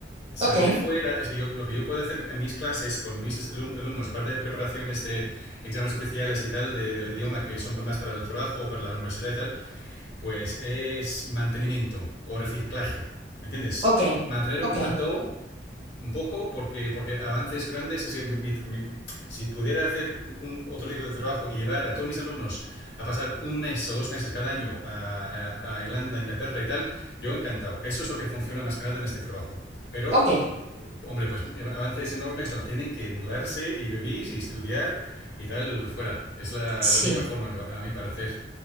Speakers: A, on the left (about 70°); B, on the right (about 35°).
A: salir
B: Ok,
A: fuera, es que yo, lo que yo puedo hacer en mis clases con mis alumnos, aparte de preparaciones de exámenes oficiales y tal, de, del idioma que son más para el trabajo o para la universidad y tal, pues es mantenimiento o reciclaje, ¿me entiendes?
B: ok,
A: Mantener
B: ok.
A: un plató un poco porque, porque avances grandes, es que mi, mi, si pudiera hacer un, otro tipo de trabajo y llevar a todos mis alumnos a pasar un mes o dos meses cada año a, a, a Irlanda, Inglaterra y tal, yo encantado. Eso es lo que funciona más que nada en este trabajo. Pero
B: Ok,
A: Hombre, pues eh, avances enormes, no, tienen que mudarse y vivir y estudiar y tal, fuera. Es la,
B: sí.
A: la única forma, a mi parecer.